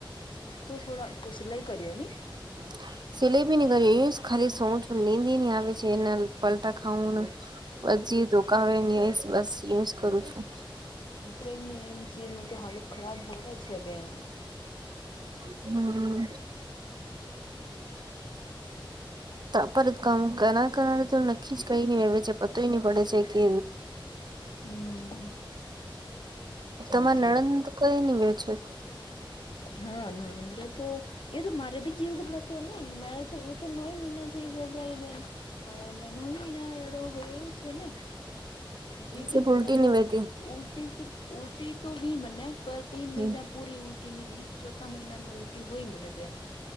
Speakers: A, on the left (about 65°); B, on the right (about 55°).
A: તો થોડા સિલાઈ કર્યો ની
B: <inaudible> સિલેબી નની કર એ જ ખાલી સોઉ છુ નીંદ નઇ આવે છે એના પલટા ખાવું પછી જે ધોકાવે એની ને બસ એ જ કરું છું
A: પ્રેગ્નેન્સીમાં તો હાલત ખરાબ હોવે છે બેન
B: હમ્મ પરત કામ કર કર તો નક્કી જ કઈ નહી રે કઈ પતોય નહી પડે છે કે
A: હમ સાચી
B: તમારે
A: વાત
B: નણંદ કઈ ની વિયો છે
A: હા નણંદ્ર તો એ તો મારે બી જીવ ગભરાતો ને મેરેજ થયા નોય મહિના ગોબરાઈ બેન નય મહિના એડ઼ો હોયો છે ને જીવ ભી
B: સિર્ફ
A: ઘબરાતો
B: ઉલટી નહી વહેતી
A: તો ઉલ્ટી ઉલટી તો વી મને પર તીન
B: હમ
A: મહિના પૂરી ઉલ્ટી ની વી ચોથા મહિના મા ઉલ્ટી હોઈ મને બેન